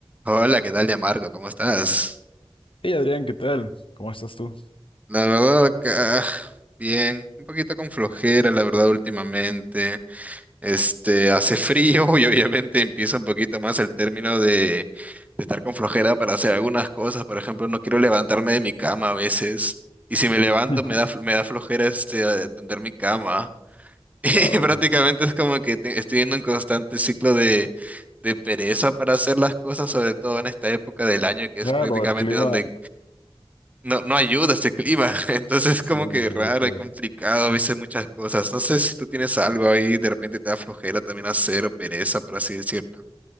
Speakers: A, on the right; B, on the left.
A: Hola, ¿qué tal, Yamarco? ¿Cómo estás?
B: Hey Adrián, ¿qué tal? ¿Cómo estás tú?
A: La verdad acá, bien, un poquito con flojera, la verdad, últimamente. Este, hace frío <laughs> y obviamente empieza un poquito más el término de, de estar con flojera para hacer algunas cosas. Por ejemplo, no quiero levantarme de mi cama a veces. Y si me levanto,
B: <laughs>
A: me da, fl- me da flojera este, eh, tender mi cama. <laughs>
B: Wow.
A: Y prácticamente es como que te- estoy en un constante ciclo de, de pereza para hacer las cosas, sobre todo en esta época del año que es
B: Claro,
A: prácticamente
B: el clima,
A: donde no, no ayuda este clima. <laughs> Entonces es
B: sí,
A: como que
B: sobre
A: raro
B: todo.
A: y complicado a veces muchas cosas. No sé si tú tienes algo ahí, de repente te da flojera también hacer o pereza, por así decirlo.